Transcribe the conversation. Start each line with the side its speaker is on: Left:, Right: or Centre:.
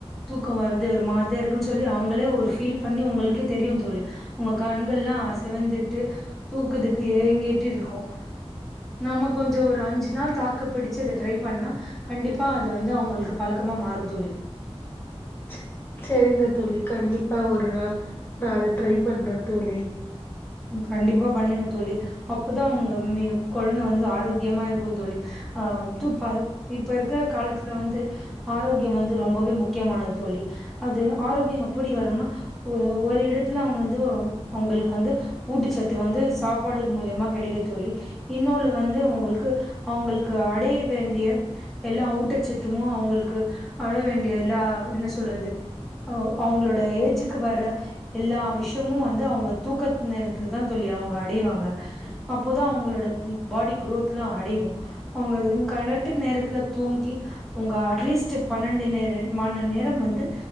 Centre: தூக்கோ வருது ஒரு மாதிரி இருக்குன்னு சொல்லி அவங்களே ஒரு ஃபீல் பண்ணி உங்களுக்கே தெரியு தோழி உங்க கண்கள்லா சிவந்துட்டு தூக்கத்துக்கு ஏங்கிட்டு இருக்கு நாம கொஞ்சோ ஒரு அஞ்சு நாள் தாக் க்கு பிடிச்சது ட்ரை பண்ணா கண்டிப்பா அது வந்து அவங்களுக்கு பழக்கமா மாறு தோழி
Left: ச்சு செரிங்க தோழி கண்டிப்பா ஒரு நாள் நா அத ட்ரை பண்றே தோழி
Centre: ம் கண்டிப்பாப் பண்ணுங்க தோழி அப்பதா அவங்க ம் நேய கொழந்த வந்து ஆரோக்கியமா இருக்கும் தோழி ஆ தூப்ப இப்ப இருக்கிற காலத்துல வந்து ஆரோக்கியம் வந்து ரொம்பவே முக்கியமானது தோழி அது ஆரோக்கியம் எப்டி வரும்னா ஒரு ஒரு இடத்துல அவங்கந்து ஒ அவங்கள்க்கு வந்து ஊட்டச்சத்து வந்து சாப்பாடு மூலியமா கெடைக்குது தோழி இன்னொலு வந்து உங்களுக்கு அவங்களுக்கு அடைய வேண்டிய எல்லா ஊட்டச்சத்துமு அவங்களுக்கு அடைய வேண்டிய எல்லா என்ன சொல்றது அவ் அவங்களோட ஏஜுக்கு வர எல்லா விஷயமும் வந்து அவங்க தூக்கத் நேரத்துலதா தோழி அவங்க அடைவாங்க அப்போதா அவங்களோட ப் பாடி குரோத்லா அடையு அவங்க கரேட்டு நேரத்துல தூங்கி அவங்க அட்லீஸ்ட் பன்னெண்டு நேர மாண நேரம் வந்து